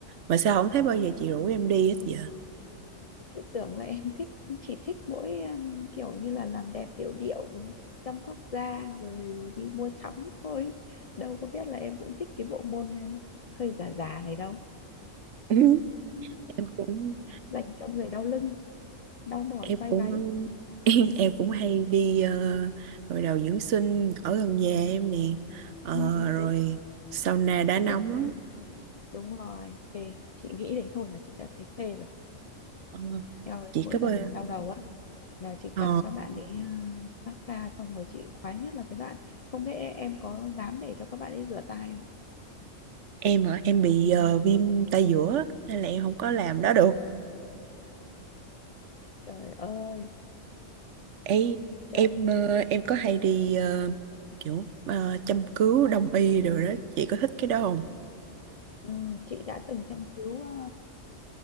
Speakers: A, on the right; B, on the left.
A: Mà sao không thấy bao
B: Ok.
A: giờ chị rủ em đi hết giờ? <laughs>
B: chị tưởng là em thích chỉ thích mỗi um, kiểu như là làm đẹp điệu điệu chăm sóc da rồi đi mua sắm thôi đâu có biết là em cũng thích cái bộ môn uh, hơi già già này đâu
A: Ừ, Em cũng
B: dành cho người đau lưng đau mỏi
A: em
B: vai
A: cũng
B: gáy
A: <laughs> em cũng hay đi uh, gội đầu dưỡng sinh ở gần nhà em nè. Ờ,
B: ừ, ừ,
A: rồi
B: đúng
A: sauna đá
B: chị
A: nóng.
B: thích cái đấy đúng rồi phê chị nghĩ đến thôi là chị đã thấy phê rồi
A: ờ,
B: eo ơi,
A: chị
B: mỗi
A: cấp
B: lần
A: ơi
B: mà đau đầu á là chị
A: ờ,
B: cần các bạn ấy ờ, phát ra xong rồi chị khoái nhất là cái đoạn không biết em, em có dám để cho các bạn ấy rửa tay không
A: em hả em bị ờ, viêm tay giữa á, nên là em không có làm đó được
B: trời ơi
A: ấy
B: trời
A: em ờ, em có hay đi ờ, kiểu ờ, châm cứu đông y rồi đó chị có thích cái đó không
B: ừ, chị đã từng châm cứu ờ,